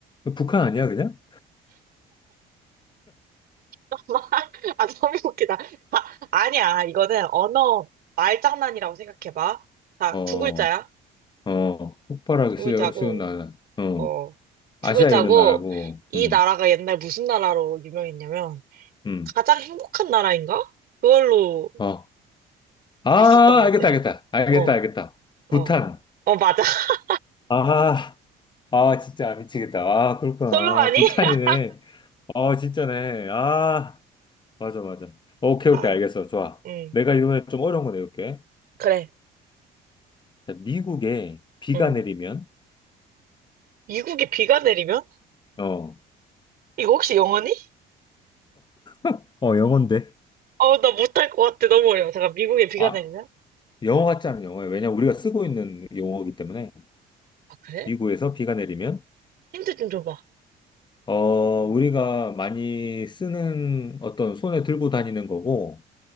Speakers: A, on the left; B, on the right.
A: 북한 아니야, 그냥?
B: <laughs> 아, 너무 웃기다. 아, 아니야. 이거는 언어 말장난이라고 생각해봐. 자,
A: 어,
B: 두 글자야.
A: 어, 폭발하기
B: 두
A: 쉬,
B: 글자고,
A: 쉬운 나라. 어,
B: 어, 두
A: 아시아에
B: 글자고,
A: 있는 나라고,
B: 이
A: 음,
B: 나라가 옛날 무슨 나라로 유명했냐면,
A: 음,
B: 가장 행복한 나라인가? 그걸로
A: 어. 아,
B: 있었던 것
A: 알겠다,
B: 같아.
A: 알겠다. 알겠다,
B: 어,
A: 알겠다. 부탄.
B: 어. 어, 맞아. <laughs>
A: 아, 아, 진짜 미치겠다. 아, 그렇구나.
B: 썰렁하니?
A: 아, 부탄이네.
B: <laughs>
A: 아, 진짜네. 아, 맞아, 맞아. 오케이,
B: 자,
A: 오케이, 알겠어. 좋아.
B: 음,
A: 내가 이번에 좀 어려운 거 내볼게.
B: 그래.
A: 미국에 비가
B: 음.
A: 내리면
B: 미국에 비가 내리면?
A: 어,
B: 이거 혹시 영어니?
A: 어, <laughs> 영어인데.
B: 어, 나 못할 것 같아. 너무 어려워. 잠깐, 미국에 비가
A: 아,
B: 내리면?
A: 영어 같지 않은 영어예요. 왜냐 우리가 쓰고 있는 용어이기 때문에
B: 아, 그래?
A: 미국에서 비가 내리면
B: 힌트 좀 줘봐.
A: 어, 우리가 많이 쓰는 어떤 손에 들고 다니는 거고